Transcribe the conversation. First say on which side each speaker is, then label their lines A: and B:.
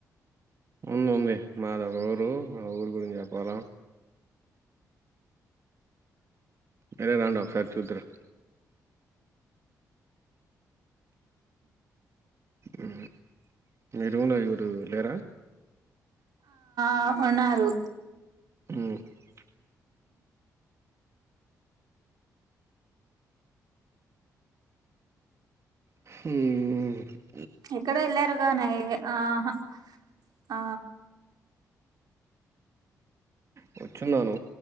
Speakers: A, on the right; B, on the right.
A: ఉంది ఉంది మాది ఒక ఊరు మా ఊరి గురించి చెప్పాల మీరే రండి ఒకసారి చూద్దురు అ మీ రుమ్ లా ఎవరు లేరా
B: ఆ ఉన్నారు
A: మ్ హ్మ్
B: ఇక్కడ వెళ్ళారుగానై ఆహా ఆ
A: కూర్చున్నాను